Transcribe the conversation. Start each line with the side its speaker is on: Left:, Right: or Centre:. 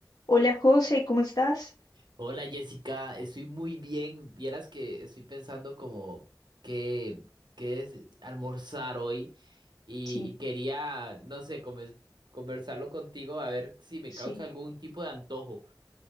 Left: Hola José, ¿cómo estás?
Right: Hola Jessica, estoy muy bien. Vieras que estoy pensando como qué, qué es almorzar hoy y,
Left: Sí,
Right: y quería, no sé, come- conversarlo contigo a ver si me
Left: sí.
Right: causa algún tipo de antojo.